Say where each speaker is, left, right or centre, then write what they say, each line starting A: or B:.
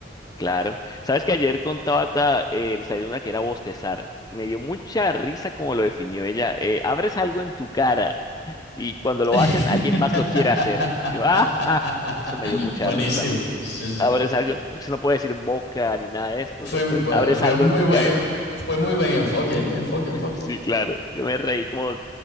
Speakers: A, on the left (about 20°); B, on the left (about 70°).
A: claro. Sabes que ayer con Tabata eh, le salió una que era bostezar. Me dio mucha risa como lo definió ella. Eh, abres algo en tu cara y cuando lo
B: <laughs>
A: haces, alguien más lo quiere hacer. Yo, ah, ah, eso me dio mucha
B: Buenísimo.
A: risa, men.
B: Sí, sí.
A: Abres algo, porque si no puede decir boca ni nada de esto,
B: Fue,
A: o sea, entonces,
B: eh,
A: abres
B: fue
A: algo
B: muy
A: en tu
B: buen,
A: cara.
B: fue muy buen enfoque, ¿eh? Enfoque, enfoque.
A: Sí, claro. Yo me reí como